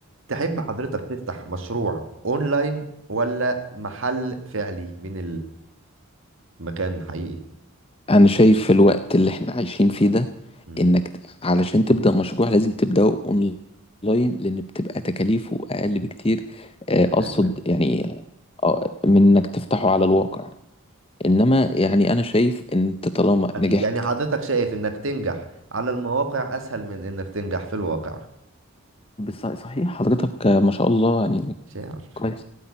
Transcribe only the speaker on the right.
تحب حضرتك تفتح مشروع أونلاين ولا محل فعلي من المكان حقيقي؟
مم.
كلام
جميل
أكيد
يعني حضرتك شايف إنك تنجح على المواقع أسهل من إنك تنجح في الواقع
شاعر